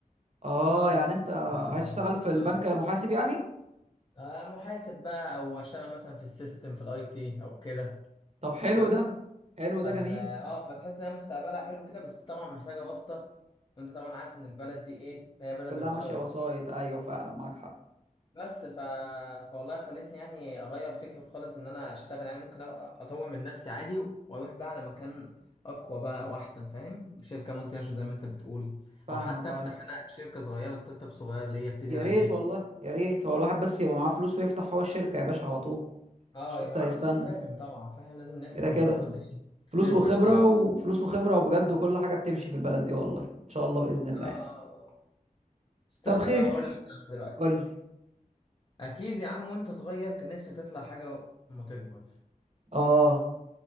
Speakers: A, on the right; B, on the left.
A: اه
B: بدرس
A: يعني انت
B: اه
A: عايز تشتغل في البنك
B: آه،
A: محاسب يعني
B: آه، محاسب بقى او اشتغل مثلا في السيستم في الاي تي او كده
A: طب حلو
B: فاهم
A: ده حلو ده
B: فال
A: جميل
B: اه فتحس ان هي مستقبلها حلو كده بس طبعا محتاجه واسطه وانت طبعا عارف ان البلد دي ايه هي بلد
A: كلها
B: الوسائط
A: ماشيه وسايط ايوه فعلا معاك حق
B: بس ف... فوالله خلتني يعني اغير فكري خالص ان انا اشتغل يعني ممكن أ- اطور من نفسي عادي واروح بقى على مكان اقوى بقى واحسن فاهم شركه مالتي ناشونال زي ما انت بتقول
A: فاهمك
B: او حتى
A: ايوه
B: افتح انا شركه صغيره ستارت اب صغير ليا ابتدي
A: يا
B: انا
A: ريت
B: بيه
A: والله يا ريت هو الواحد بس يبقى معاه فلوس ويفتح هو الشركه يا باشا على طول
B: اه
A: مش لسه
B: يبقى معاه
A: هيستنى
B: فلوس وفاهم طبعا فاهم لازم نفهم
A: كده كده
B: وناخد ايه اكسبيرينس
A: فلوس وخبره
B: كتير
A: وفلوس وخبره وبجد وكل حاجه بتمشي في البلد دي والله ان شاء الله باذن الله
B: اه
A: يعني
B: استنى
A: طب خير
B: بقى هقول لك أنا دلوقتي
A: قول لي
B: اكيد يا عم وانت صغير كان نفسك تطلع حاجه ما تكبر
A: اه